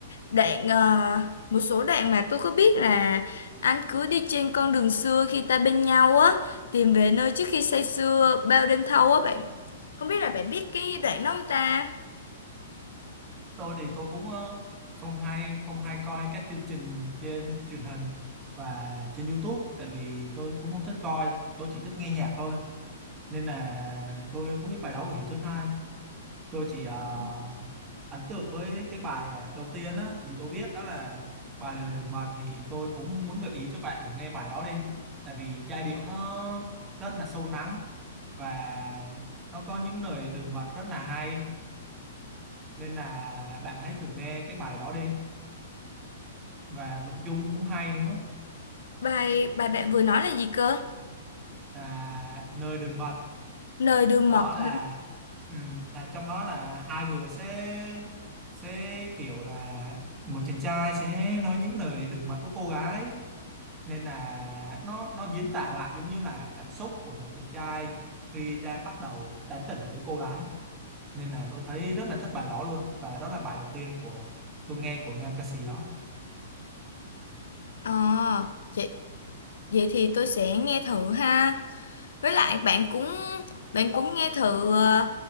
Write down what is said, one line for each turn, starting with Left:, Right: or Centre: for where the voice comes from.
Left: đoạn ờ, một số đoạn mà tôi có biết là anh cứ đi trên con đường xưa khi ta bên nhau á tìm về nơi trước khi say sưa bao đêm thâu á bạn không biết là bạn biết cái đoạn đó không ta
Right: tôi thì tôi cũng ờ, không hay không hay coi các chương trình trên truyền hình và trên YouTube tại vì tôi cũng không thích coi tôi chỉ thích nghe nhạc thôi nên là tôi không biết bài đó của Hiếu thứ hai tôi chỉ ờ, ấn tượng với cái bài ờ, đầu tiên á thì tôi biết đó là bài lời đường mật thì tôi cũng muốn gợi ý cho bạn thử nghe bài đó đi tại vì giai điệu nó rất là sâu lắng và nó có những lời đường mật rất là hay nên là bạn hãy thử nghe cái bài đó đi và nội dung cũng hay nữa
Left: bài bài bạn vừa nói là gì cơ
Right: là nơi đường mật
Left: lời đường
Right: đó
Left: mật
Right: là
Left: hả?
Right: ừm, là trong đó là hai người sẽ sẽ kiểu là một chàng trai sẽ nói những lời đường mật với cô gái nên là nó nó diễn tả lại giống như là cảm xúc của một chàng trai khi đang bắt đầu tán tỉnh với cô gái nên là tôi thấy rất là thích bài đó luôn và đó là bài đầu tiên của tôi nghe của nam ca sĩ đó
Left: ờ à, Vậy thì tôi sẽ nghe thử ha. Với lại bạn cũng bạn cũng nghe thử ờ,